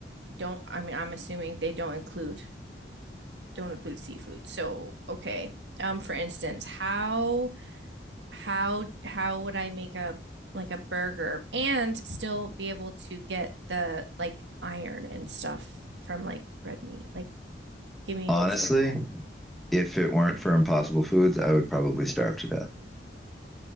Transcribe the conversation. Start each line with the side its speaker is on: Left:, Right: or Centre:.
Right: don't, I mean, I'm assuming they don't include don't include seafood. So, okay. Um, for instance, how how how would I make a like a burger and still be able to get the like iron and stuff from like red meat? Like, give me
Centre: Honestly,
Right: an example.
Centre: if it weren't for Impossible Foods, I would probably starve to death.